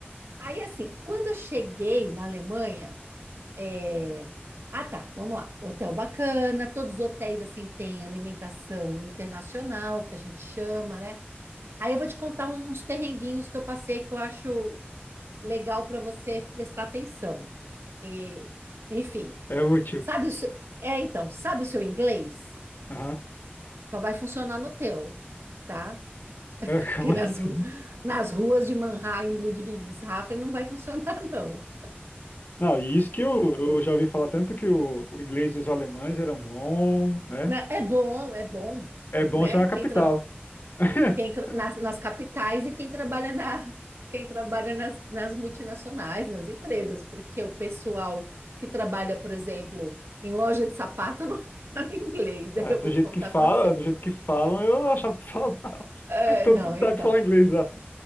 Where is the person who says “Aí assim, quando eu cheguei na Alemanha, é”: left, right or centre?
Right